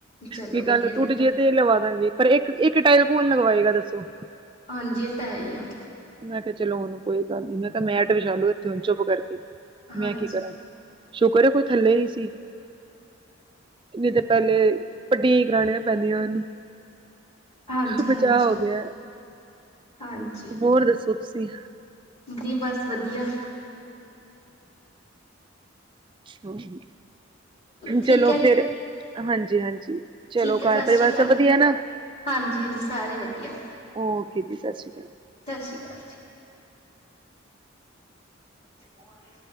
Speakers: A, on the left; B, on the right.
A: ਚਲੋ
B: ਕੀ
A: ਵਧੀਆ
B: ਕਲ ਟੁੱਟ
A: ਫਿਰ
B: ਜੇਏ,
A: ਤਾਂ
B: ਤੇ ਲਵਾਦਾਂਗੀ, ਪਰ ਇੱਕ - ਇੱਕ ਟਾਇਲ ਕੌਣ ਲਗਵਾਏਗਾ ਦੱਸੋ?
A: ਹਾਂਜੀ ਇਹ ਤਾਂ, ਹੈ ਹੀ ਆ।
B: ਮੈਂ ਕਿਹਾ ਚਲੋ ਹੁਣ ਕੋਈ ਗੱਲ ਨੀ, ਮੈਂ ਕਿਹਾ ਮੈਟ ਵਿਛਾ ਲੋ ਇੱਥੇ ਚੁੱਪ ਕਰਕੇ, ਮੈਂ
A: ਹਾਂਜੀ,
B: ਕੀ ਕਰਾਂ ਸ਼ੁਕਰ ਐ, ਕੋਈ ਥੱਲੇ ਨਹੀ ਸੀ ਨਹੀਂ ਤੇ ਪਹਿਲੇ, ਪਟੀਆਂ ਹੀ ਕਰਾਣੀਆਂ ਪੈਂਦੀਆਂ ਇਹਨੂੰ
A: ਹਾਂਜੀ-ਹਾਂਜੀ,
B: ਬਚਾ ਹੋਗਿਆ,
A: ਹਾਂਜੀ ਹਾਂਜੀ
B: ਹੋਰ ਦੱਸੋ ਤੁਸੀਂ?
A: ਦੀ ਬਸ ਵਧੀਆ।
B: ਹਾਂਜੀ,
A: ਠੀਕ
B: ਚਲੋ
A: ਹੈ,
B: ਫੇਰ ਹਾਂਜੀ - ਹਾਂਜੀ। ਚਲੋ
A: ਠੀਕ
B: ਘਰ
A: ਹੈ ਸਸ਼੍ਰੀ
B: ਪਰਿਵਾਰ
A: ਅਕਾਲ,
B: ਸਭ ਵਧੀਆ ਨਾ
A: ਹਾਂਜੀ - ਹਾਂਜੀ ਸਾਰੇ ਵਧੀਆ।
B: ਓਕੇ ਜੀ ਸਸ਼੍ਰੀ ਅਕਾਲ।
A: ਸਸ਼੍ਰੀ ਅਕਾਲ ਜੀ। ਕੋ ਹੈਨੀ